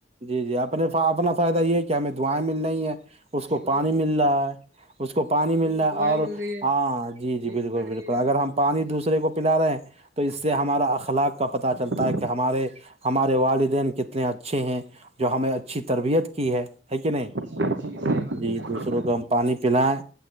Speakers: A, on the right (about 35°); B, on the right (about 65°).
A: جی جی اپنے اپنا فائدہ یہ کہ کیا ہمیں دعائیں مل رہی ہیں اس
B: جی
A: کو
B: وہی
A: پانی
B: تو
A: مل رہا ہے اس کو پانی
B: آپ
A: مل
B: ان کو
A: رہا ہے
B: دعائیں
A: اور
B: مل رہی ہے
A: ہاں جی جی
B: نیکی
A: بالکل
B: بڑھ
A: بالکل
B: رہی ہے
A: اگر ہم پانی دوسر کو پلا رہے ہیں تو اس سے ہمارا اخلاق پتا
B: وہی
A: چلتا
B: تو
A: ہے کہار ہمارے والدین کتنے اچھے اچھے ہیں جو ہمیں اچھی تربیت کی ہے ہے کہ نہیں
B: جی جی صحیح بات
A: جی
B: ہے
A: دوسروں کو ہم پانی پلائیں